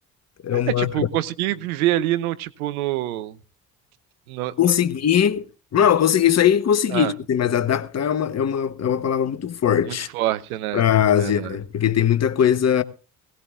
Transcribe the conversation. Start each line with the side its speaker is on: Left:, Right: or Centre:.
Left: É uma.
Right: É, tipo, conseguir viver ali no, tipo, no no,
Left: Consegui. Não, eu consegui. Isso aí consegui,
Right: Ah,
Left: tipo assim, mas adaptar é uma, é uma, é uma palavra muito forte
Right: muito forte, né?
Left: pra Ásia,
Right: Verdade.
Left: né? porque tem muita coisa,